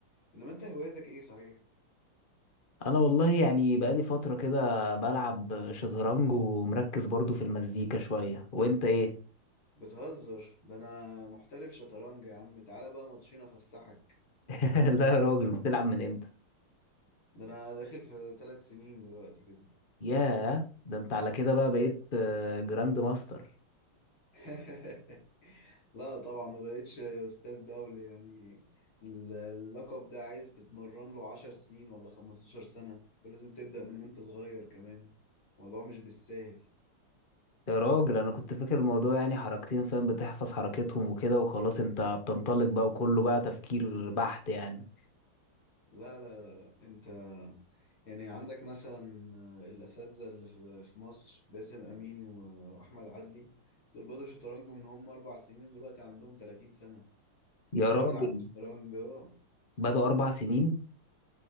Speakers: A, on the left; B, on the left.
A: انما انت هواياتك ايه صحيح
B: انا والله يعني بقالي فترة كده بلعب شطرنج ومركز برضو في المزيكا شوية وانت ايه
A: بتهزر ده انا محترف شطرنج يا عم تعالى بقى ماتشين افسحك
B: <laughs> لا يا راجل بتلعب من امتى
A: ده انا داخل في ثلاث سنين دلوقتي كده
B: ياه ده انت على كده بقى بقيت آه، جراند ماستر
A: <laughs> لا طبعا ما بقتش استاذ دولي يعني ال- اللقب ده عايز تتمرن له عشر سنين ولا خمستاشر سنة ولازم تبدأ من وانت صغير كمان الموضوع مش بالساهل
B: يا راجل انا كنت فاكر الموضوع يعني حركتين فاهم بتحفظ حركتهم وكده وخلاص انت بتنطلق بقى وكله بقى تفكير بحت يعني
A: لا لا لا لا انت يعني عندك مثلا آه، الاساتذه اللي في في مصر باسم امين و- واحمد عدلي دول بدوا شطرنج من هم اربع سنين دلوقتي عندهم 30 سنه
B: يا
A: <laughs> لسه
B: راجل
A: بيلعبوا شطرنج اه
B: بدأوا اربع سنين